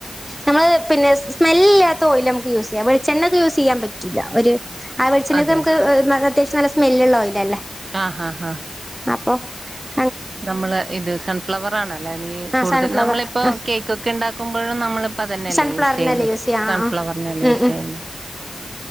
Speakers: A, in the centre; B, on the right.
A: നമ്മള് പിന്നെ സ്മെല് ഇല്ലാത്ത ഓയിൽ നമുക്ക് യൂസ് ചെയ്യാം.. വെളിച്ചെണ്ണക്ക യൂസ് ചെയ്യാൻ പറ്റൂല്ല ഒരു ആ വെളിച്ചെണ്ണോക്കെ
B: അതെ
A: നമക്ക് അത്യാവ്യം നല്ല സ്മെല്ലുള്ള ഓയിൽ അല്ലേ
B: ആഹ് ആഹ് ആഹ്
A: ഓഹ്
B: നമ്മള് ഇത് സൺഫ്ലവർ ആണല്ലേ നീ
A: ആഹ്
B: കൂടുതൽ
A: സൺഫ്ലവർ
B: നമ്മളിപ്പോ
A: ആഹ്
B: കേക്കൊക്കെ ഉണ്ടാക്കുമ്പോഴും നമ്മളിപ്പ അതന്നെല്ലേ
A: സൺഫ്ലവറിനല്ലേ
B: യൂസ് ചെയ്യുന്ന്
A: യൂസ് ചെയ്യാ
B: സൺഫ്ലവറന്നല്ലേ
A: ആഹ് ആഹ്
B: യൂസ്
A: ഉം ഉം
B: ചെയ്യുന്ന്